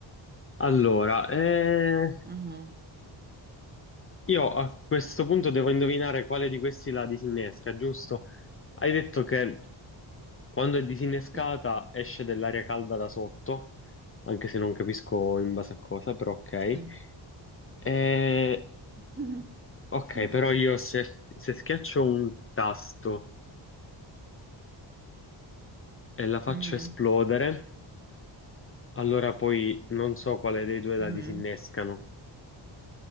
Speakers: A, on the left; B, on the right.
A: Allora, eh,
B: Mhm,
A: io a questo punto devo indovinare quale di questi la disinnesca, giusto? Hai detto che quando è disinnescata
B: Sì,
A: esce dell'aria calda da sotto, anche se non capisco in base a cosa, però ok.
B: sì.
A: Eh,
B: <laughs>
A: ok,
B: Mhm,
A: però io se, se schiaccio un tasto e la faccio
B: mhm,
A: esplodere, allora poi non so quale dei due la
B: mhm,
A: disinnescano.